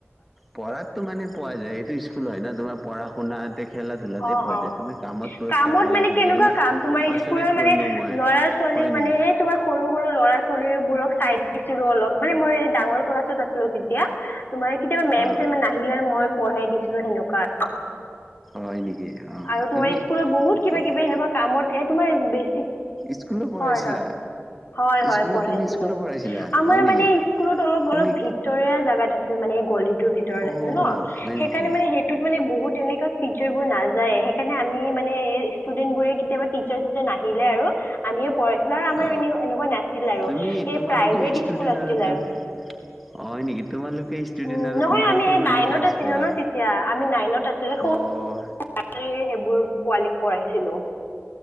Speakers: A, in the centre; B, on the left.
A: পঢ়াতো মানে পোৱা যায় সেইটো স্কুল হয় ন তোমাৰ পঢ়া শুনাতে খেলা ধূলাতে
B: অ',
A: পোৱা
B: অ'।
A: যায়। তুমি কামত পুৰস্কাৰ
B: কামত
A: পালা
B: মানে
A: বুলি
B: কেনেকুৱা
A: ক'লা মই
B: কাম তোমাৰ
A: আচৰিত
B: স্কুলৰ
A: পৰিলো মই
B: ল'ৰা মানে
A: হয়
B: মানে
A: নেকি
B: এই তোমাৰ সৰু সৰু ল'ৰা ছোৱালীবোৰক চাই দিছিলো অলপ মানে মই ডাঙৰ ক্লাছত আছিলো তেতিয়া তোমাৰ কেতিয়াবা মে'ম
A: অ
B: চেম নাহিলে আৰু মই পঢ়াই দিছিলো ছিলো হেনকা আৰু
A: হয় নেকি অ
B: আৰু
A: তুমি
B: তোমাৰ স্কুলৰ বহুত কিবা
A: অ
B: কিবি এনেকুৱা কামত এ তোমাৰ বেছি
A: স্কুলো পঢ়াইছিলা
B: হয় হয় হয় হয়
A: স্কুলত
B: পঢ়াইছিলো।
A: তুমি স্কুলত পঢ়াইছিলা
B: আমাৰ
A: হয় নেকি?
B: মানে স্কুলত অলপ
A: তুমি
B: অলপ ভিতৰিয়া জাগাত আছে। মানে গলিটোৰ ভিতৰত
A: অ
B: আছিল ন।
A: হয়
B: সেইকাৰণে
A: নেকি?
B: মানে সেইটোত মানে বহুত এনেকা ৰ্চাৰবোৰ নাযায়ে সেইকাৰণে আমি মানে ষ্টুডেন্ট বোৰে কেতিয়াবা টিচাৰ চিচাৰ নাহিলে আৰু আমিয়ে পঢ়াইছিলো আৰু আমাৰ
A: অ
B: এনে এনেকুৱা নাছিল আৰু
A: তুমি তোমালোকে
B: এই প্ৰাইভেট
A: ষ্টুডেন্ট
B: স্কুল আছিল
A: তুমি
B: আৰু
A: হয় নিকি। তোমালোকে ষ্টুডেন্ট
B: উম
A: আৰু
B: নহয়
A: তোমালোকে
B: আমি এই
A: মানে
B: নাইনত
A: ক্লাছ
B: আছিলো
A: কৰা
B: ন তেতিয়া আমি নাইনত আছিলো সৰু
A: অ অ অ
B: <unintelligible> সেইবোৰ পোৱালীক পঢ়াইছিলো